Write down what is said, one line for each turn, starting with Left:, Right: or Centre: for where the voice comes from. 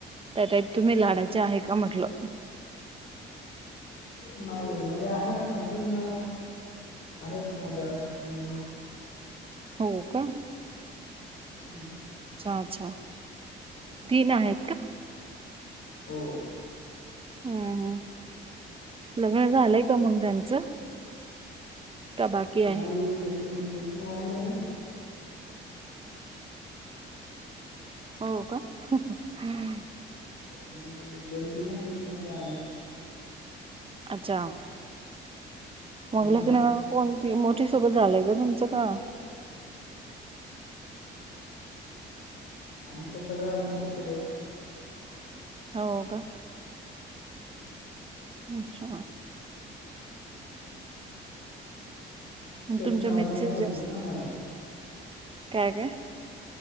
Right: त्या टाईप तुम्ही लाडाचे आहे का म्हटलं.
Left: नाही मध्ये आहेत ना तीन आहेत माझ्या नेऊन
Right: हो का?
Left: हं.
Right: अच्छा अच्छा तीन आहेत का?
Left: हो.
Right: हम्म हम् लग्न झालंय का मग त्यांचं का बाकी आहे
Left: अ नाही एक चशमे चशमे वी आहे.
Right: हो का हम्.
Left: आणि दोन दिन चषमती आ.
Right: अच्छा. मग
Left: हम्म.
Right: ल की ना कोणती मोठी सोबत झालंय का तुमचं का?
Left: आमच्या सगळ्या मोठेसोबत
Right: हो का? अच्छा. मग
Left: स्टशनावाली
Right: तुमच्या मेसेज
Left: नाही भेटली ना आम्हाला
Right: काय काय?